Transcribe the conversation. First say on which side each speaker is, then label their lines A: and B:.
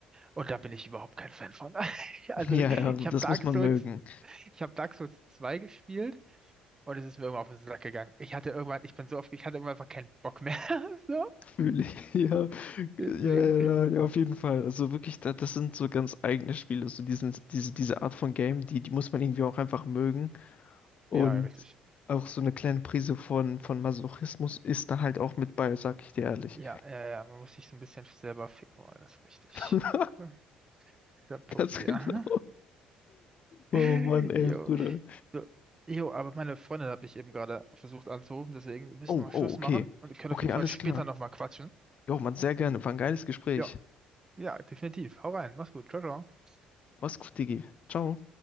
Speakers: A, on the right; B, on the left.
A: Und da bin ich überhaupt kein Fan von. <laughs> Also,
B: Ja,
A: ich
B: ja, das
A: habe Dark
B: muss man
A: Souls,
B: mögen.
A: ich habe Dark Souls 2 gespielt und es ist mir irgendwann auf den Sack gegangen. Ich hatte irgendwann, ich bin so oft, ich hatte irgendwann einfach keinen Bock mehr. <laughs> So,
B: Fühle ich. <laughs> Ja,
A: deswegen.
B: ja, ja, ja, auf jeden Fall. Also wirklich, da, das sind so ganz eigene Spiele. So diesen, diese, diese Art von Game, die, die muss man irgendwie auch einfach mögen. Und
A: Ja, ja, richtig.
B: auch so eine kleine Prise von, von Masochismus ist da halt auch mit bei, sag ich dir ehrlich.
A: Ja, ja, ja, man muss sich so ein bisschen selber ficken wollen, das ist richtig.
B: <laughs>
A: <laughs> Das ist Der Punkt,
B: Ganz
A: ja.
B: genau. Oh
A: <laughs>
B: Mann, ey,
A: Jo,
B: Bruder.
A: So, jo, aber meine Freundin hat mich eben gerade versucht anzurufen, deswegen müssen
B: Oh,
A: wir Schluss
B: oh, okay.
A: machen und wir können
B: Okay,
A: auf jeden Fall
B: alles
A: später
B: klar.
A: nochmal quatschen.
B: Jo, Mann, sehr gerne. War ein geiles Gespräch.
A: Ja, ja, definitiv. Hau rein, mach's gut. Ciao, ciao.
B: Mach's gut, Digi. Ciao.